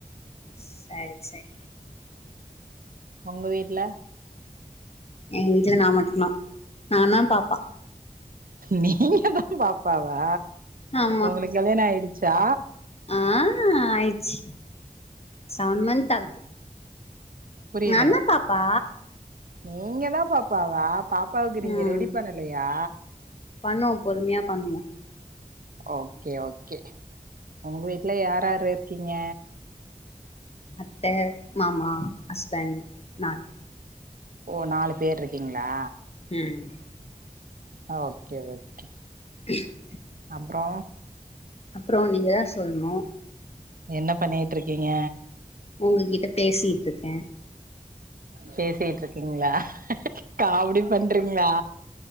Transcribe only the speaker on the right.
ஒங்க வீட்ல
நீங்க தா பாப்பாவா
ஒங்களுக்கு கல்யாண ஆயிடுச்சா
புரில
நீங்க தா பாப்பாவா பாப் பவுக்கு நீங்க
ரெடி பண்ணலயா
ஓகே ஓகே ஒங்க வீட்ல யார் யாரு இருக்கீங்க
ஓ நாலு பேரு இருக்கீங்களா
ஆ ஓகே ஓகே
அப்றோ
என்ன பண்ணிட்டு இருக்கீங்க
பேசிட்ருக்கீங்களா காமெடி பண்றீங்களா